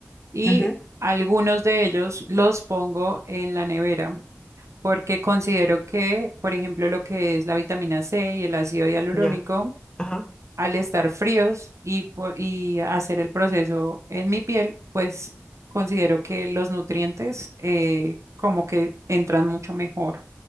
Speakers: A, on the right (about 75°); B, on the left (about 15°).
A: y
B: Ujú,
A: algunos de ellos los pongo en la nevera porque considero que, por ejemplo, lo que es la vitamina C y el ácido hialurónico,
B: Ya. Ajá.
A: al estar fríos y, po- y hacer el proceso en mi piel, pues considero que los nutrientes eh, como que entran mucho mejor.